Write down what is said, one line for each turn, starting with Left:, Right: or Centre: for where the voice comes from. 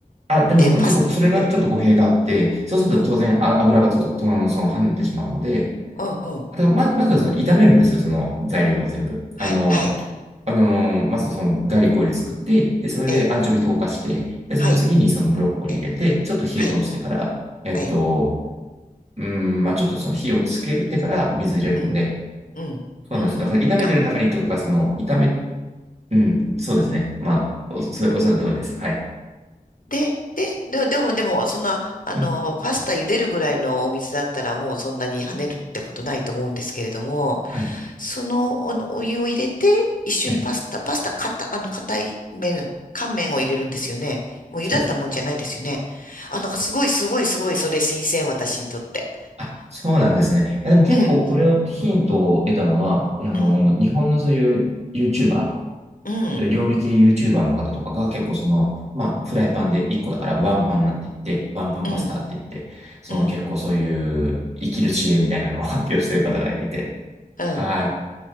Right: あ、でもその、
Left: で、パス、
Right: ちょっと、それがちょっと語弊があって、
Left: うん、
Right: そうすると当然あ油がとと、
Left: うん、
Right: とその跳ねてしまうので、
Left: うん、うん。
Right: あだからま、まずはその炒めるんですよ、その材料を全部。
Left: はい、
Right: あの、
Left: はい、
Right: あのーまずそのガーリックオイル作って、で、それでアンチョビ溶かして、
Left: ええ、
Right: で、その次にそのブロッコリー入れて、
Left: はい、ええ、
Right: ちょっと火を通してから、
Left: はい、
Right: えっと、
Left: はい、
Right: うーん、まあちょっとその火をつけてから水入れるんで、
Left: うん、うん。
Right: そうなんですよ。
Left: うーん、
Right: だから炒めてる中にとか、
Left: あ、
Right: その炒め、うん、そうですね。まあ、お、それおっしゃる通りです。はい。
Left: で、で、で、でも、でも、そんな、あの、
Right: うん、
Left: パスタ茹でるぐらいのお水だったらもうそんなに跳ねるってことないと思うんですけれども、
Right: はい。
Left: その、あの、お湯を入れて、一緒にパスタ、
Right: はい。
Left: パスタ、かた、あの、硬い麺、乾麺を入れるんですよね。もう茹だったもんじゃないですよね。
Right: そうですね。
Left: あ、なんかすごい、すごい、すごい、それ新鮮、私にとって。
Right: あ、そうなんですね。いや、でも結構これをヒントを得たのは、
Left: うん、
Right: あの、
Left: うん、
Right: 日本のそういう YouTuber、
Left: うん、
Right: 料理系 YouTuber の方とかが結構その、まあ、フライパンで1個だからワンパンなんて言って、ワンパンパスタって言って、
Left: うん、
Right: その結構そういう生きる知恵みたいなのを
Left: うん、
Right: <laughs> 発表してる方がいて、
Left: うん。
Right: はい。